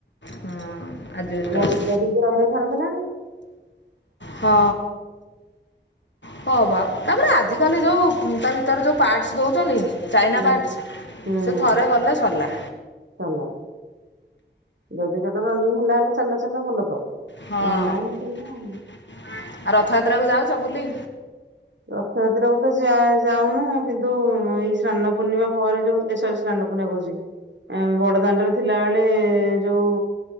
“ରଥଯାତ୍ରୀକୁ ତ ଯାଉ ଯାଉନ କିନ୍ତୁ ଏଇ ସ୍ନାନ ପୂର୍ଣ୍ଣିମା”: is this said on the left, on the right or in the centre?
Right